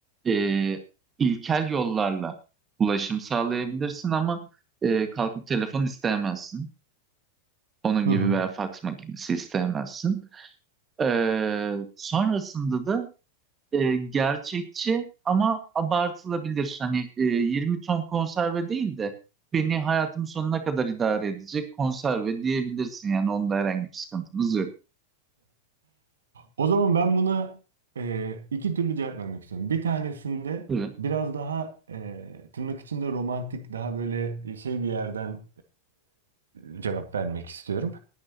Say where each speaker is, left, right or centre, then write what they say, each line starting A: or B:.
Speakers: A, on the right; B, on the right.
A: e, ilkel yollarla ulaşım sağlayabilirsin ama e, kalkıp telefon isteyemezsin. Onun
B: hı.
A: gibi veya faks makinesi isteyemezsin. E, sonrasında da e, gerçekçi ama abartılabilir. Hani e, 20 ton konserve değil de beni hayatım sonuna kadar idare edecek konserve diyebilirsin. Yani onda herhangi bir sıkıntımız yok.
B: O zaman ben buna e, iki türlü cevap vermek istiyorum. Bir tanesinde
A: Tabii.
B: biraz daha e, tırnak içinde romantik, daha böyle şey bir yerden e, cevap vermek istiyorum.